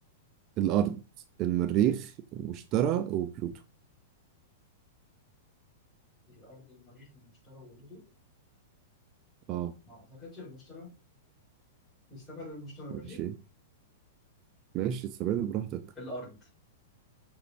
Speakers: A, on the right (about 35°); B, on the left (about 15°).
A: الأرض المريخ واشترى وبلوتو
B: الأرض المريخ المشتري وجوده
A: اه
B: ما أعتقدش المشتري نستبعد المشتري
A: ماشي
B: ماشي
A: ماشي استبعد براحتك
B: الأرض